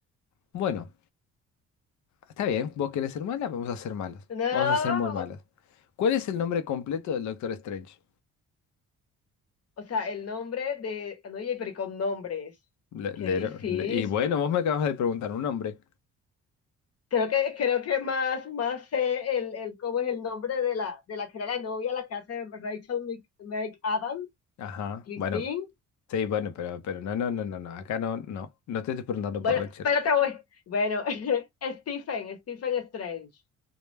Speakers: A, on the left (about 70°); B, on the left (about 55°).
A: Bueno, está bien, vos querés ser mala, vamos a ser malos,
B: No.
A: vamos a ser muy malos. ¿Cuál es el nombre completo del Doctor Strange?
B: O sea, el nombre de. ah, No, oye pero y con nombres.
A: Le-
B: Qué
A: le-
B: difícil.
A: le- y bueno, vos me acabas de preguntar un nombre.
B: Creo que, creo que más, más sé el, el cómo es el nombre de la, de la que era la novia, la que hace Rachel Mc- McAdams,
A: Ajá,
B: Christine.
A: bueno, sí, bueno, pero, pero no, no, no, no, no, acá no, no, no te estoy preguntando
B: Bueno,
A: por Rachel.
B: pero te voy. Bueno, <laughs> Stephen, Stephen Strange.